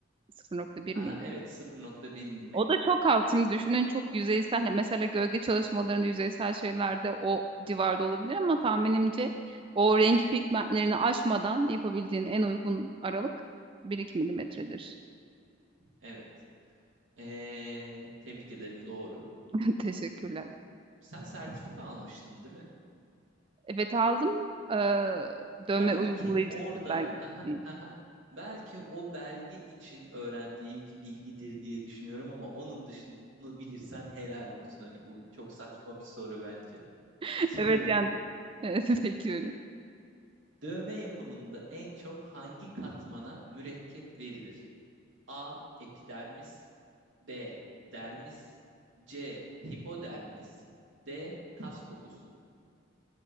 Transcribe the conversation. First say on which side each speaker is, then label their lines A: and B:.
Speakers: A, on the right; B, on the right.
A: 0,1
B: Aa,
A: miydi?
B: evet 0.1 milimetre.
A: O da çok az. Şimdi düşünün çok yüzeysel. Mesela gölge çalışmalarında yüzeysel şeylerde o civarda olabilir ama tahminimce o renk pigmentlerini aşmadan yapabildiğin en uygun aralık bir iki milimetredir.
B: Evet. Ee, tebrik ederim doğru.
A: <laughs> Teşekkürler.
B: Sen sertifika almıştın değil mi?
A: Evet aldım. Ee, dövme
B: Belki
A: uygulayıcısı
B: orada
A: belgesi.
B: <laughs> haha, haha, belki o belge için öğrendiğin bir bilgidir diye düşünüyorum ama onun dışında bunu bilirsen helal olsun. Hani bu çok saçma bir soru bence.
A: <laughs>
B: Soruyorum.
A: Evet yani evet, <laughs> bekliyorum.
B: Dövme yapımında en çok hangi katmana mürekkep verilir? A. Epidermis B. Dermis C. Hipodermis D. Kas dokusu.